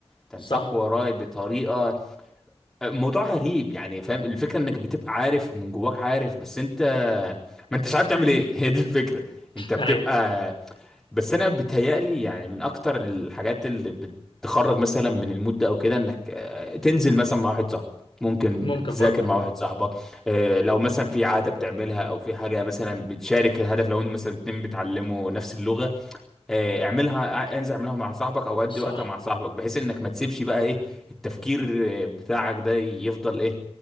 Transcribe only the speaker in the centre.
تنساق
وراه بطريقة موضوع غريب يعني فاهم الفكرة انك بتبقى عارف ومن جواك عارف بس انت ما انتش عارف تعمل ايه <laughs> هي دي الفكرة انت بتبقى
بس انا بتهيألي يعني من اكتر الحاجات اللي بتخرج مثلا من المود ده او كده انك آه، تنزل مثلا مع واحد صاحبك ممكن
تذاكر
مع
واحد صاحبك آه، لو مثلا في عادة بتعملها او في حاجة مثلا بتشارك الهدف لو انت مثلا اتنين بتعلموا نفس اللغة آه، اعملها آه، انزل اعملها مع صاحبك او ادي
وقتها مع صاحبك بحيث انك ما تسيبش بقى ايه التفكير آه، بتاعك ده يفضل ايه